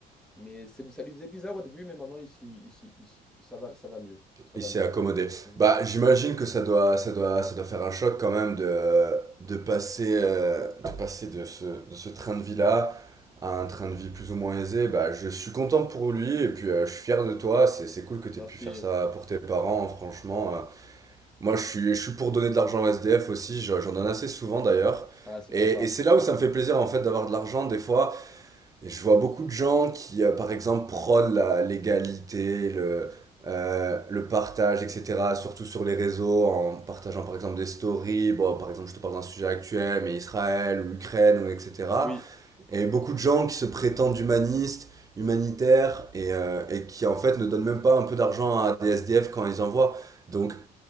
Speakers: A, in the centre; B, on the right.
A: mais c'est- ça lui faisait bizarre au début, mais maintenant, ici, ici, ici, ça va, ça va mieux. Ça
B: Il
A: va
B: s'est
A: mieux.
B: accommodé.
A: Mhm.
B: Bah, j'imagine que ça doit, ça doit, ça doit faire un choc quand même de, de passer, euh, de, passer de, ce, de ce train de vie-là à un train de vie plus ou moins aisé. Bah, je suis content pour lui et puis euh, je suis fier de toi. C'est, c'est cool que tu
A: Merci.
B: aies pu faire ça pour tes parents, hein, franchement. euh. moi, je suis, je suis pour donner de l'argent au SDF aussi. J'en j'en donne assez souvent d'ailleurs.
A: Ah, c'est
B: Et,
A: sympa.
B: et c'est là où ça me fait plaisir en fait d'avoir de l'argent des fois. Et je vois beaucoup de gens qui, euh, par exemple, prônent la l'égalité, le, euh, le partage, etc., surtout sur les réseaux, en partageant, par exemple, des stories. Bon, par exemple, je te parle d'un sujet actuel, mais Israël ou Ukraine, ou etc.
A: Oui,
B: Et beaucoup de gens qui se prétendent humanistes, humanitaires, et, euh, et qui, en fait, ne donnent même pas un peu d'argent à des SDF quand ils en voient. Donc,